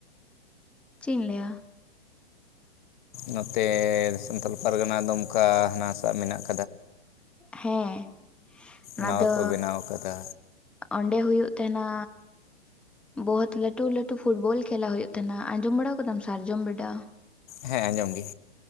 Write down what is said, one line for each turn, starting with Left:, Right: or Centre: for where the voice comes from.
Centre: ᱪᱤᱱ ᱞᱭᱟ
Left: ᱱᱚᱛᱮ ᱥᱟᱱᱛᱟᱲ ᱯᱟᱨᱜᱟᱱᱟ ᱫᱚ ᱠᱟ ᱦᱟᱱᱟ ᱥᱟ ᱢᱮᱱᱟᱜ ᱟᱠᱟᱫᱟᱣᱟ
Centre: ᱦᱮᱸ ᱚᱱᱟ
Left: ᱱᱟᱣᱟ
Centre: ᱫᱚ
Left: ᱠᱚ ᱵᱮᱱᱟᱣ ᱟᱠᱟᱫᱟ
Centre: ᱚᱸᱰᱮ ᱦᱩᱭᱩᱜ ᱛᱟᱦᱮᱱᱟ ᱵᱚᱦᱩᱛ ᱞᱟᱹᱴᱩ ᱞᱟᱹᱴᱩ ᱯᱷᱩᱴᱵᱚᱞ ᱠᱷᱮᱞᱟ ᱦᱩᱭᱩᱜ ᱛᱟ ᱟᱸᱡᱚᱢ ᱵᱟᱲᱟ ᱠᱟᱫᱟᱢ ᱥᱟᱨᱡᱚᱢ ᱵᱮᱰᱟ
Left: ᱦᱮᱸ ᱟᱸᱡᱚᱢ ᱜᱮ